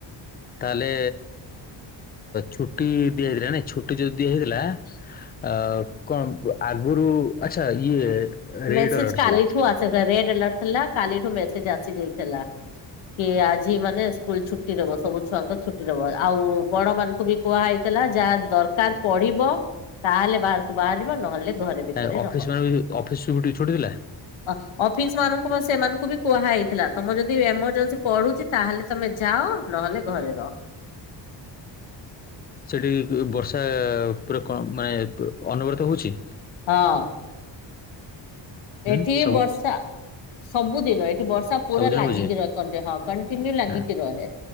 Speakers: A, on the left; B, on the left.
A: ତାହେଲେ ଛୁଟି ଦିଆଯାଏନାଇଁ ଛୁ ଛୁଟି ଯଦିି ହେଇଥିଲା ଅ କଣ ଆଗରୁ ଆଚ୍ଛା ଇଏ ରେଡ
B: ମେସେଜ
A: ଆଲର୍ଟ
B: କାଲିଠୁ
A: ଥିଲା
B: ଆସ ରେଡ୍ ଆଲର୍ଟ ଥିଲା କାଲିଠୁ ମେସେଜ ଆସିଯାଇଥିଲା। କି ଆଜି ମାନେ ସ୍କୁଲ ଛୁଟି ଦବ ସବୁ ଛୁଆଙ୍କ ଛୁଟି ଦବ ଆଉ ବଡ ମାନଙ୍କୁ ବି କୁହାହେଇଥିଲା ଯାହା ଦରକାର ପଡିବ ତାହେଲେ ବାହାରକୁ ବାହାରିବ ନହେଲେ ଘରେ ଭିତରେ
A: ଆ ଅଫିସ
B: ରହ।
A: ମାନେ ବି ଅଫିସ୍ ବି ଛୁଟି ଥିଲା।
B: ଅ ଅଫିସ ମାନଙ୍କୁ ମ ସେମାନଙ୍କୁ ବି କୁହା ହେଇଥିଲା ତମର ଯଦି ଏମରଜେନ୍ସି ପଡୁଛି ତାହେଲେ ତମେ ଯାଅ ନହେଲେ ଘରେ ରହ।
A: ସେଠି ବର୍ଷା ପୁରା କଣ ମାନେ ଅନବରତ ହଉଛି।
B: ହଁ।
A: ହୁଁ
B: ଏଠି
A: ସବୁ
B: ବର୍ଷା ସବୁଦିନ ବର୍ଷା ପୁରା
A: ସବୁଦିନ
B: ଲାଗିକି
A: ହଉଛି
B: ରହେ କେ ହଁ କଣ୍ଟିନ୍ୟୁ ଲାଗିକି
A: ହୁଁ
B: ରହେ